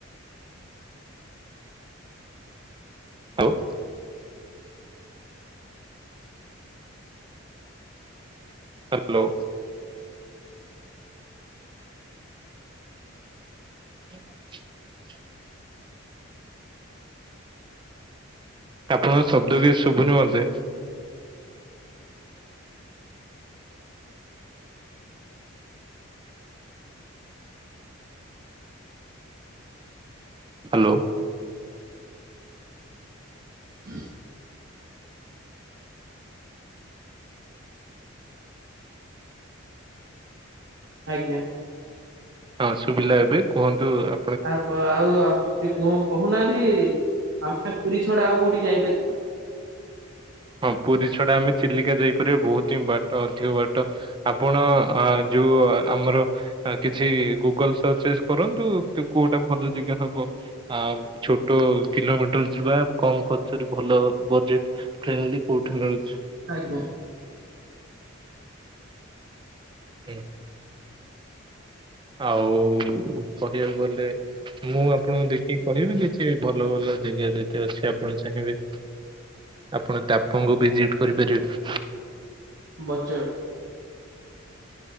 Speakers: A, on the right (about 25°); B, on the right (about 60°).
A: ହଉୋ। ହ୍ୟାଲୋ। ହଁ ଆପଣଙ୍କ ଶବ୍ଦ ବି ଶୁଭୁନି ମତେ। ହ୍ୟାଲୋ।
B: ହ ଆଜ୍ଞା।
A: ହଁ ଶୁଭିଲା ଏବେ କୁହନ୍ତୁ ଆ
B: ଆଉ ଆଉ ସେ କହୁନାହାନ୍ତି ଆମେ ପୁରୀ ଛଡା ଆଉ କୋଉଠି ଯାଇପାରି
A: ହଁ ପୁରୀ ଛଡା ଆମେ ଚିଲିକା ଯାଇପାରିବା ବହୁତ ହିଁ ବାଟ ଅଧିକ ବାଟ। ଆପଣ ଆ ଯୋଉ ଆମର ଆ କିଛି ଗୁଗଲ ସର୍ଚସ କରନ୍ତୁ କି କୋଉଟା ଭଲ ଜାଗା ହବ। ଆ ଛୋଟ କିଲୋମିଟର ଯିବା କମ ଖର୍ଚ୍ଚରେ ଭଲ ବଜେଟ। ଟ୍ରେନଲି କୋଉଠି ଲାଗୁଚି।
B: ଆଜ୍ଞା।
A: ହୁଁ। ଆଉ କହିବାକୁ ଗଲେ ମୁଁ ଆପଣଙ୍କୁ ଦେଖ କି କହିବେ କିଛି ଭଲ ଭଲ ଜାଗା ଯେତେ ଅଛି ଆପଣ ଚାହିଁବେ। ଆପଣ ତାପଙ୍ଗ ଭିଜିଟ କରିପାରିବେ।
B: Budget